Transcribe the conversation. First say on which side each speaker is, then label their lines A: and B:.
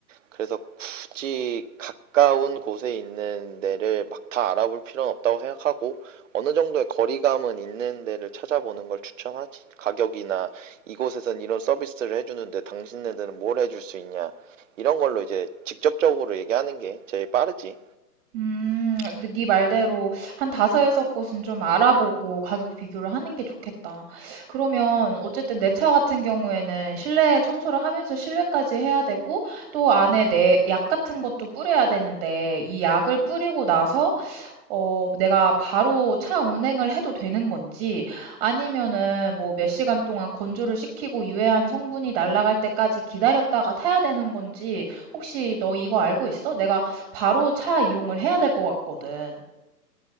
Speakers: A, on the right; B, on the right.
A: 그래서 굳이 가까운 곳에 있는 데를 막 다 알아볼 필요는 없다고 생각하고, 어느 정도의 거리감은 있는 데를 찾아보는 걸 추천하지. 가격이나 이곳에선 이런 서비스를 해주는데 당신네들은 뭘 해줄 수 있냐. 이런 걸로 이제 직접적으로 얘기하는 게 제일 빠르지.
B: 음, 근데 네 말대로 한 다섯, 여섯 곳은 좀 알아보고 가격 비교를 하는 게 좋겠다. 그러면 어쨌든 내 차 같은 경우에는 실내 청소를 하면서 실외까지 해야 되고 또 안에 내 약 같은 것도 뿌려야 되는데 이 약을 뿌리고 나서 어 내가 바로 차 운행을 해도 되는 건지 아니면은 뭐 몇 시간 동안 건조를 시키고 유해한 성분이 날아갈 때까지 기다렸다가 타야 되는 건지 혹시 너 이거 알고 있어? 내가 바로 차 이용을 해야 될 것 같거든.